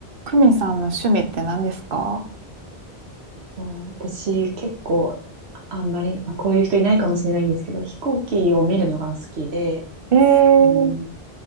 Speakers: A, on the right (about 60°); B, on the right (about 80°).
A: クミさんの趣味って何ですか
B: もう私、結構、あんまり、まあ、こういう人いないかもしれないんですけど、飛行機を見るのが好きで、
A: えー、
B: うん、